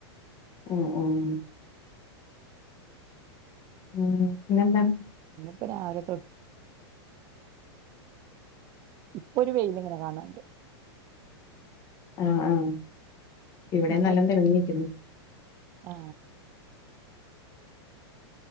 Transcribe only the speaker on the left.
മ് മ്. മ് പിന്നന്താണ്?
ആഹ ആഹ ഇവിടെ
നല്ല തിറങ്ങിരിക്കണ്ട്.